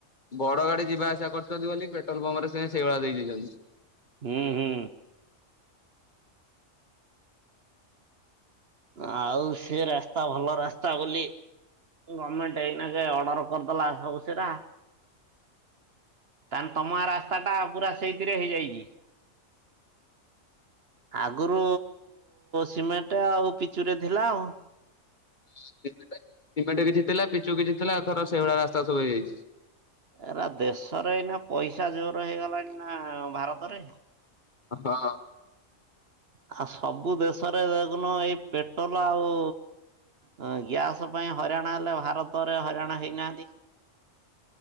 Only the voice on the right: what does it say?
ହୁଁ ହୁଁ। ଆଉ ସେ ରାସ୍ତା ଭଲ ରାସ୍ତା ବୋଲି ଗମେଣ୍ଟ ଏଇନା କେ ଅର୍ଡ଼ର କରିଦେଲା ସବୁ ସେରା ତାେଲେ ତମ ରାସ୍ତାଟା ପୁରା ସେଇଥିରେ ହେଇଯାଇଛି। ଆଗରୁ ସିମେଣ୍ଟ ଆଉ ପିଚୁରେ ଥିଲା ଆଉ
ଏରା ଦେଶରେ ଏଇ ନା ପଇସା ଜୋରେ ହେଇଗଲାଣି ନା ଭାରତରେ।
ଆଉ ସବୁ ଦେଶରେ ଦେଖୁନ ଏଇ ପେଟ୍ରୋଲ ଆଉ ହଁ ଗ୍ୟାସ୍ ପାଇଁ ହଇରାଣ ହେଲେ ଭାରତରେ ହଇରାଣ ହେଇନାହାନ୍ତି।